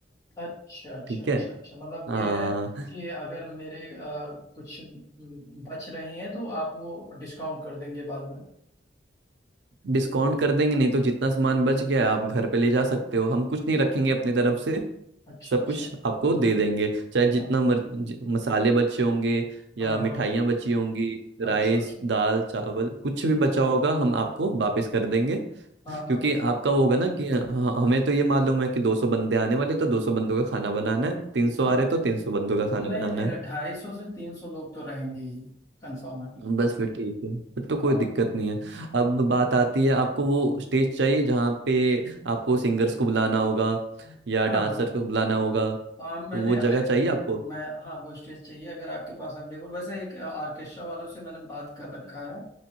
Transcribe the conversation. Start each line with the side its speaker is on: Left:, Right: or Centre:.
Left: अच्छा अच्छा
Right: ठीक
Left: अच्छा
Right: है
Left: अच्छा मतलब
Right: हाँ
Left: ये है कि अगर मेरे अ, कुछ म, बच रहे हैं तो आप वो डिस्काउंट कर देंगे बाद में
Right: डिस्काउंट कर देंगे नहीं तो जितना सामान बच गया आप घर पे ले जा सकते हो हम कुछ नहीं रखेंगे अपनी तरफ से
Left: अच्छा
Right: सब
Left: अच्छा
Right: कुछ आपको दे देंगे चाहे जितना
Left: हाँ
Right: मर, ज- मसाले बचे होंगे या
Left: हाँ
Right: मिठाइयाँ
Left: हाँ,
Right: बची होंगी राइस
Left: अच्छा अच्छा
Right: दाल चावल कुछ भी बचा होगा हम आपको वापस कर देंगे
Left: हाँ हाँ
Right: क्योंकि आपका वो होगा ना कि ह- हमें तो ये मालूम है कि 200 बंदे आने वाले तो 200 बंदों का खाना बनाना है 300
Left: हाँ
Right: आ रहे तो 300 बंदों का खाना
Left: नहीं
Right: बनाना
Left: नहीं
Right: है
Left: नहीं ढाई सौ से तीन सौ लोग तो रहेंगे ही कंफर्म है
Right: बस फिर ठीक है फिर तो कोई
Left: हाँ
Right: दिक्कत नहीं है अब
Left: हाँ
Right: बात आती है आपको वो स्टेज चाहिए जहाँ पे आपको सिंगर्स को बुलाना होगा या
Left: हाँ
Right: डांसर
Left: हाँ
Right: को बुलाना होगा
Left: हाँ
Right: तो
Left: मैंने
Right: वो जगह चाहिए आपको
Left: मैं हाँ वो स्टेज चाहिए अगर आपके पास अवेलेबल वैसे एक ऑर्केस्ट्रा वालों से मैंने बात कर रखा है